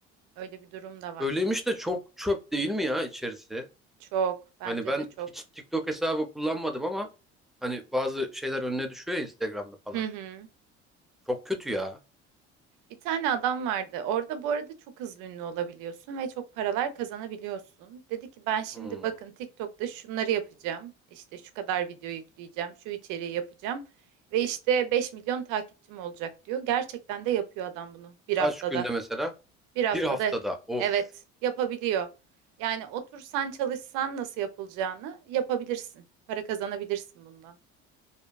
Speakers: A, on the right; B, in the centre.
A: Öyle bir durum da var.
B: Öyleymiş de çok çöp değil mi ya içerisi?
A: Çok, bence
B: Hani ben
A: de çok.
B: hiç TikTok hesabı kullanmadım ama hani bazı şeyler önüne düşüyor ya Instagram'da falan.
A: Hı hı.
B: Çok kötü ya.
A: Bir tane adam vardı. Orada bu arada çok hızlı ünlü olabiliyorsun ve çok paralar kazanabiliyorsun. Dedi ki ben şimdi
B: Hmm.
A: bakın TikTok'ta şunları yapacağım. İşte şu kadar video yükleyeceğim, şu içeriği yapacağım ve işte 5 milyon takipçim olacak diyor. Gerçekten de yapıyor adam bunu bir
B: Kaç
A: haftada.
B: günde mesela?
A: Bir haftada
B: Bir haftada of.
A: evet yapabiliyor. Yani otursan çalışsan nasıl yapılacağını yapabilirsin. Para kazanabilirsin bundan.